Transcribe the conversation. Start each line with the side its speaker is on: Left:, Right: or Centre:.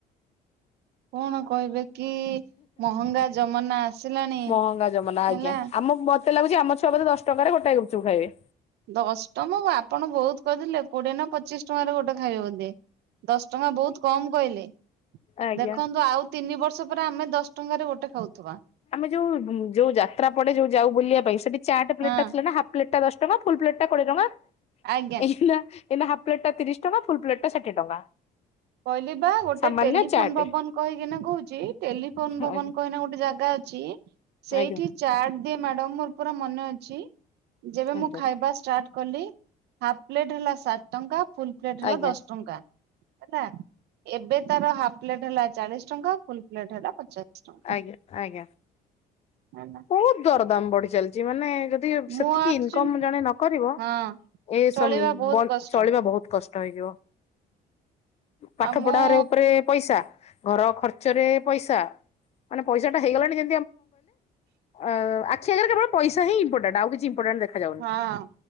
Right: କଣ ଆଉ କହିବେ? କି ମହଙ୍ଗା ଜମାନା ଆସିଲାଣି
Left: ମହଙ୍ଗା ଜମାନା
Right: ହେଲା।
Left: ଆଜ୍ଞା ଆମ ମ ସେ ଲାଗୁଛି ଆମ ଛୁଆ ବଧେ ଦଶ ଟଙ୍କାରେ ଗୋଟେ ଗୁପଚୁପ ଖାଇବେ।
Right: ଦଶ ଟମ ଆପଣ ବହୁତ କହିଦେଲେ। କୋଡିଏ ନା ପଚିଶ ଟଙ୍କାରେ ଗୋଟେ ଖାଇବେ ବଧେ। ଦଶ ଟଙ୍କା ବହୁତ କମ କହିଲେ।
Left: ଆଜ୍ଞା।
Right: ଦେଖନ୍ତୁ ଆଉ ତିନି ବର୍ଷ ପରେ ଆମେ ଦଶ ଟଙ୍କାରେ ଗୋଟେ ଖାଉଥିବା।
Left: ଆମେ ଯୋଉ ଉଁ ଯୋଉ ଯାତ୍ରା ପଡେ ଯୋଉ ଯାଉ ବୁଲିବା ପାଇଁ ସେଠି ଚାଟ ପ୍ଲେଟ
Right: ହଁ
Left: ଟା ଥିଲା ନା ହାଫ ପ୍ଲେଟଟା ଦଶ ଟଙ୍କା ଫୁଲ ପ୍ଲେଟ ଟା କୋଡେ ଟଙ୍କା।
Right: ଆଜ୍ଞା।
Left: ଏଇନା ଏନା ହାଫ ପ୍ଲେଟ୍ ଟା ତିରିଶ ଟଙ୍କା ଫୁଲ ପ୍ଲେଟ ଟା ଷାଠଏ ଟଙ୍କା।
Right: କହିଲି ବା ଗୋଟେ
Left: ସାମାନ୍ୟ
Right: ଟେଲିଫୋନ
Left: ଚାଟେ
Right: ଭବନ କହିକିନା କହୁଛି ଟେଲିଫୋନ
Left: ଆଜ୍ଞା
Right: ଭବନ କହିନା ଗୋଟେ ଜାଗା ଅଛି। ସେଇଠି
Left: ଆଜ୍ଞା
Right: ଚାଟ ଦିଏ ମ୍ୟାଡମ ମୋର ପୁରା ମନେ ଅଛି ଯେବେ
Left: ଆଜ୍ଞା
Right: ମୁଁ ଖାଇବା ଷ୍ଟାର୍ଟ କଲି। ହାଫ ପ୍ଲେଟ ହେଲା ସାତ ଟଙ୍କା, ଫୁଲ ପ୍ଲେଟ ହେଲା
Left: ଆଜ୍ଞା
Right: ଦଶ ଟଙ୍କା। ହେଲା। ଏବେ ତାର ହାଫ ପ୍ଲେଟ ହେଲା ଚାଳିଶ ଟଙ୍କା ଫୁଲ ପ୍ଲେଟ ହେଲା ପଚାଶ ଟଙ୍କ
Left: ଆଜ୍ଞା।
Right: ହେଲା।
Left: ବହୁତ ଦରଦାମ ବଢି ଚାଲିଛି। ମାନେ ଯ ଦି ସେତିକି
Right: ମୁଁ ଆକ୍ଚୁଆଲି
Left: ଇନକମ୍ ଜଣେ ନକରିବ
Right: ହଁ
Left: ଏ
Right: ଚଳିବା
Left: ସମ
Right: ବହୁତ
Left: ଗନ
Right: କଷ୍ଟ
Left: ଚଳିବା ବହୁତ କଷ୍ଟ। ଷ୍ଟ ହେଇଯିବ। ପାଠ
Right: ଆଉ ମୁଁ
Left: ପଢା ରେ ଉପରେ ପଇସା, ଘର ଖର୍ଚ୍ଚ ରେ ପଇସା, ମାନେ ପଇସା ଟା ହେଇଗଲାଣି ଯେ ଅ ଆଖି ଆଗରେ କେବଳ ପଇସା ହିଁ ଇମ୍ପୋର୍ଟାଣ୍ଟ ଆଉ କିଛି ଇମ୍ପୋଟାଣ୍ଟ ଦେଖାଯାଉନି।
Right: ହଁ